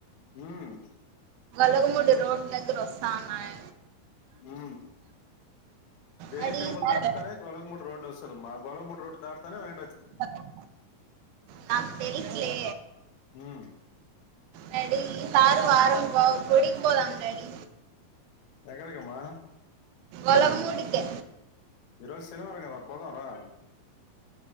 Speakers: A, on the left; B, on the right.
A: ఉమ్
B: అలాగ మడి రోడ్ దగ్గర వస్తాన్నాయ
A: ఉ జైన్
B: డాడీ
A: టెంపుల్
B: ఈసారి
A: దాటితానే గొలగముట్ రోడ్ వస్తుమ్మా గొలగముడు రోడ్డు దాటితారనే వె
B: అ నాక్ తెలుస్ లే
A: ఉ
B: డడి ఈ సారు వారం గొ గుడిక్ బోదమ్ డడి
A: ఎక్కడికమ్మా
B: ఒల్లగ మూడీకి
A: ఈ రోజు శనివారం కదా పోదా రా